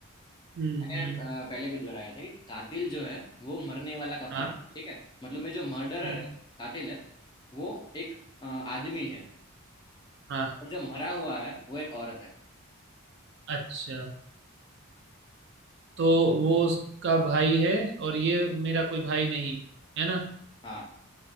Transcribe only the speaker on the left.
मैंने
अ, पहले भी दोहराया था कि कातिल जो है वो मरने वाला का भाई
ठीक है मतलब में जो मर्डरर
है कातिल है वो एक अ, आदमी है
और जो मरा हुआ है वो एक औरत है
हाँ